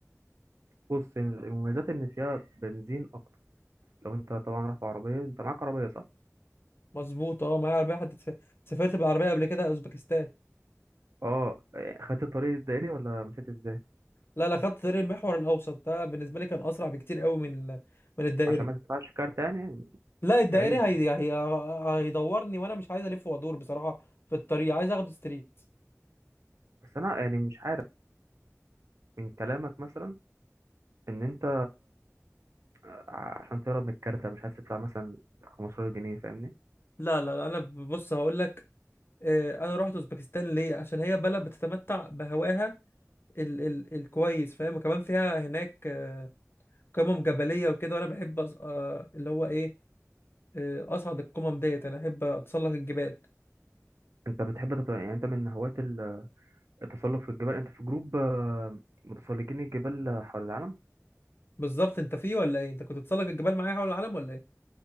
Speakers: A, on the right; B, on the left.
A: بص المميزات إن فيها بنزين أكتر لو أنت طبعا رايح بعربية أنت معاك عربية صح؟
B: مظبوط اه معايا عربيه حد سافرت بالعربيه قبل كده اوزبكستان
A: أه إيه، خدت الطريق الدائري ولا مشيت إزاي؟
B: لا لا خدت طريق المحور الاوسط ده بالنسبه لي كان اسرع بكتير قوي من ال- من الدائري
A: عشان ما تدفعش كارت يعني
B: لا الدائري
A: تقريبا
B: هي يعني هي هيدورني وانا مش عايز الف وادور بصراحه في الطريق عايز اخد ستريت
A: بس انا يعني مش عارف من كلامك مثلا ان انت ع- عشان تهرب من الكارتة مش عايز تدفع مثلا 15 جنيه فاهمني
B: لا لا لا انا بص هقول لك آه، انا رحت اوزبكستان ليه عشان هي بلد بتتمتع بهواها ال ال الكويس فاهم وكمان فيها هناك آه، قمم جبلية وكده وانا بحب أص- آه، اللي هو ايه آه، اصعد القمم ديت انا احب اتسلق الجبال
A: انت بتحب تط... يعني انت من هواة ال- التسلق في الجبال انت في جروب آه، متسلقين الجبال حول العالم
B: بالظبط انت فيه ولا ايه انت كنت تتسلق الجبال معايا حول العالم ولا ايه